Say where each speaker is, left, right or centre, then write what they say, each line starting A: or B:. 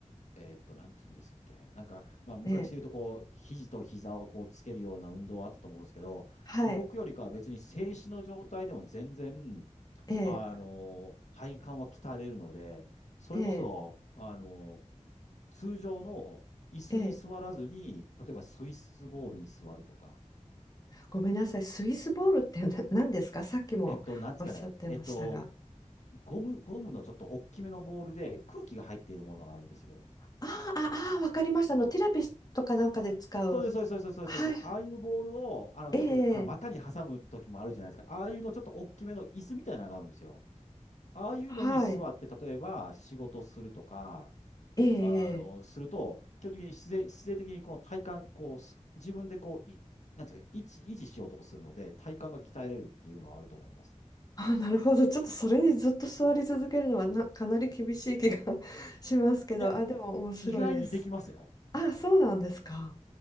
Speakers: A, on the left; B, on the left.
A: えーっと、なんて言うんですっけ。なんか、まあ、昔で言うと、
B: ええ、
A: こう、肘と膝をこうつけるような運動はあったと思うんですけど、
B: はい、
A: 動くよりかは別に静止の状態でも全然、
B: ええ、
A: あの、体幹は鍛えれるので、それこそ、
B: ええ、
A: あの、通常の椅子に座らずに、
B: ええ。
A: 例えばスイスボールに座るとか、
B: ごめんなさい、スイスボールってな <laughs> 何ですかさっきもおっしゃってましたが。
A: えっと、なんですかね、えっと、ゴム、ゴムのちょっと大きめのボールで空気が入っているものがあるんですよ。
B: ああ、ああ、わかりました。あの、ティラピスとかなんかで使う。
A: そうです、そうです、そうです、そうです。
B: はい、
A: そうですああいうボールを、あの、
B: ええ、
A: よく、あの、股に挟む時もあるじゃないですか。ああいうのちょっと大きめの椅子みたいなのがあるんですよ。ああいうのに座って、
B: はい、
A: 例えば仕事するとか、
B: ええ、
A: あの、
B: ええ
A: すると、基本的に自然、自然的にこの体幹、こう、す自分でこう、い、なんていうか、維持、維持しようとするので、体幹が鍛えれるっていうのはあると思いますね。
B: あ、なるほど。ちょっとそれにずっと座り続けるのはな、かなり厳しい気が <laughs> しますけど、
A: いや、
B: あ、でも面白いです。
A: 意外にできますよ。
B: あ、そうなんですか。